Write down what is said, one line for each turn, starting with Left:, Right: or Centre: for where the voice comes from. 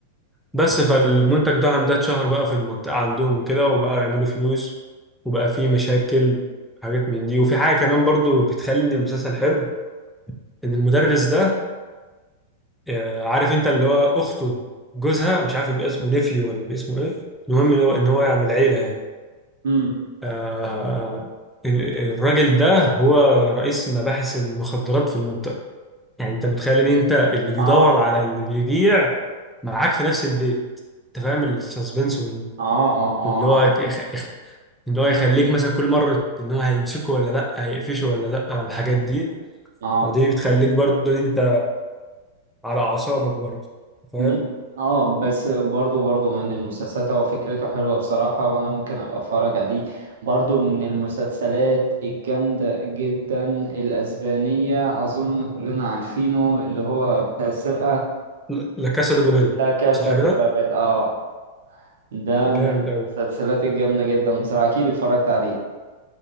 Centre: بس فالمنتج بتاعهم ده اتشهر بقى في المنطقة عندهم وكده وبقى يعملوا فلوس وبقى فيه مشاكل حاجات من دي وفي حاجة كمان برضو بتخلي ان المسلسل حلو ان المدرس ده آه، عارف انت اللي هو اخته جوزها مش عارف يبقى اسمه نيفيو ولا باسمه ايه المهم ان هو ان هو يعمل عيلة يعني
Right: امم
Centre: آه، ال- الراجل ده هو رئيس مباحث المخدرات في المنطقة يعني انت متخيل ان انت اللي بيدور
Right: اه
Centre: على اللي بيبيع معاك في نفس البيت انت فاهم السسبنس
Right: اه اه
Centre: اللي هو
Right: اه
Centre: يخ... يخ... اللي هو يخليك مثلا كل مرة ان هو هيمسكه ولا لا هيقفشه ولا لا الحاجات دي
Right: اه
Centre: فدي بتخليك برضه ان انت على اعصابك برضه فاهم
Right: م- اه بس برضو برضو من المسلسلات هو فكرته حلوة بصراحة وانا ممكن ابقى اتفرج عليه برضو من المسلسلات الجامدة جدا الاسبانية اظن كلنا عارفينه اللي هو بتاع السرقة
Centre: لا لا كاسا دي بابيل
Right: لا كاسا
Centre: صح
Right: دي
Centre: كده
Right: بابل اه ده
Centre: جامد
Right: من
Centre: قوي
Right: المسلسلات الجامدة جدا بصراحة اكيد اتفرجت عليه